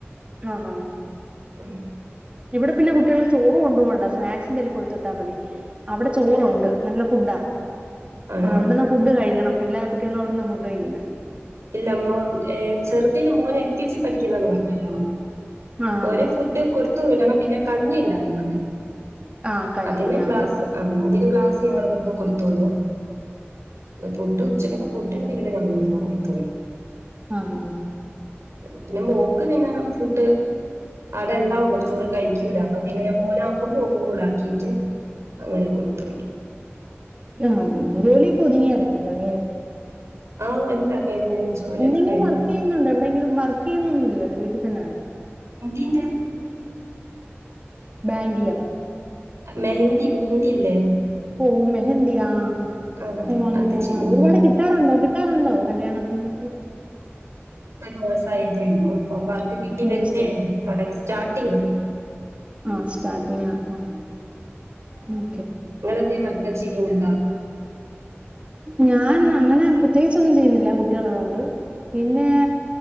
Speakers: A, on the right; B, on the right.
A: ആഹഹ
B: ആഹ
A: ഇവിടെ പിന്നെ കുട്ടികൾക്ക് ചോറ് കൊണ്ടു പോോണ്ട സ്നാക്സിും തന്നെ കൊടുത്തട്ടാൽ മതി അവിടെ ചോറുണ്ട് നല്ല ഫുഡാ
B: ആണോ
A: ആഹ് അവിടന്ന ഫുഡ് കഴിക്കണം എല്ലാ കുട്ടികൾ അവിടന്ന ഫുഡ് കഴിക്കുന്നേ
B: ഇല്ല മോൻ ഏഹ് ചെറുത് മോന് എൽ കെ ജി പഠിക്കുന്നന്ന് പറഞ്ഞല്ലോ
A: ആഹ്
B: ഓന് ഫുഡ് കൊടുത്ത് വിടണം പിന്നെ കഞ്ഞി ഉണ്ടാവും
A: ആഹ് കഞ്ഞിയാ
B: അതിന് ക്ലാസ് ആഹ് അതിന് ക്ലാസിന്ന് ഓരൊക്കെ കൊടുത്തോളും പിന്നെ ഫുഡ് ഉച്ചക്കത്തെ ഫുഡ് <unintelligible>
A: ആഹ്
B: പിന്നെ മോക്ക് പിന്നെ ഫുഡ് ആടെ ഉണ്ടാവും പക്ഷേ ഇവള് കഴിക്കൂല അപ്പൊ പിന്നെ ഞാൻ മോന് ആക്കുമ്പോ ഓൾക്കും കൂടെ ആകും ക്കീട്ട് അങ്ങനെ കൊടുത്തപടി
A: ആഹ് ജോലി <unintelligible>
B: ആഹ് <unintelligible> ജോലിയൊക്കെ
A: എന്തെങ്കിലും
B: കഴിഞ്ഞു
A: വർക്ക് ചെയ്യുന്നുണ്ടോ എവിടെയെങ്കിലും വർക്ക് ചെയ്യുന്ന ഒന്നുമല്ലല്ലോ വീട്ടിൽ തന്നെയാണ്
B: ഈൻ്റെ
A: ബാങ്കിലോ
B: മെഹന്തി മെഹന്തില്ലേ
A: ഓഹ് മെഹന്തി ആഹ് ആഹ്
B: ആഹ് അതെ
A: ഓഹ് അങ്ങനെയാ
B: അത് ചെയ്യുന്നുണ്ട്
A: ഒരുപാട് കിട്ടാറുണ്ടോ കിട്ടാറുണ്ടോ കല്യാണ സമയത്ത്
B: മാസായതെ ഇള്ളു ഇപ്പൊ വർ ക്കക്ക കിട്ടി
A: കോഴ്സോ
B: വരുന്നെ ഇള്ളു തൊടങ്ങി സ്റ്റാർ ട്ടെയ്തു.
A: ആഹ് സ്റ്റാർട്ടിങ്ങാ ആഹ് മ്
B: നിങ്ങെളെന്തേലും വർക്ക് ചെയ്യുന്നുണ്ടോ
A: ഞാൻ അങ്ങനെ പ്രത്യേകിച്ചൊന്നും ചെയ്യുന്നില്ല കുട്ടികള് ഒള്ളോണ്ട് പിന്നെ